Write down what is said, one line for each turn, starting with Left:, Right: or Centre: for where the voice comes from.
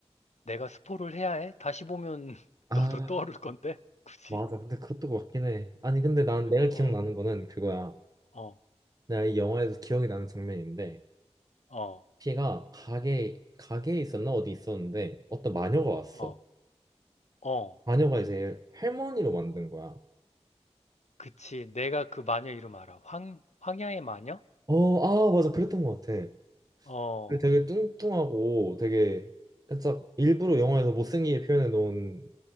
Left: 내가 스포를 해야 해? 다시 보면 <laughs>
Right: 아,
Left: 너도 떠오를 건데? 굳이?
Right: 맞아. 근데 그것도 맞긴 해. 아니, 근데 난 내가
Left: 어,
Right: 기억나는 거는 그거야.
Left: 어,
Right: 내가 이 영화에서 기억이 나는 장면인데,
Left: 어,
Right: 피가 가게 가게에 있었나 어디 있었는데 어떤 마녀가 왔어.
Left: 어, 어.
Right: 마녀가 이제 할머니로 만든 거야.
Left: 그치. 내가 그 마녀 이름 알아. 황, 황야의 마녀?
Right: 어, 아, 맞아. 그랬던 것 같아.
Left: 어,
Right: 근데 되게 뚱뚱하고 되게 살짝 일부러 영화에서 못생기게 표현해 놓은